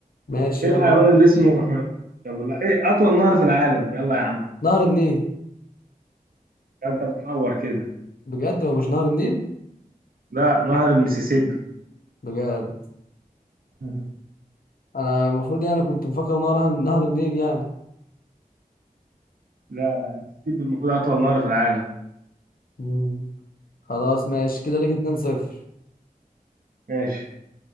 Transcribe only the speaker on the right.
ايه
الحيوان اللي اسمه <laughs> طب لا ايه اطول نهر في العالم يلا يا عم
ده انت بتحور كده
لا نهر المسيسيبي
<laughs>
لا لا المسيسيبي المفروض اطول نهر في العالم
ماشي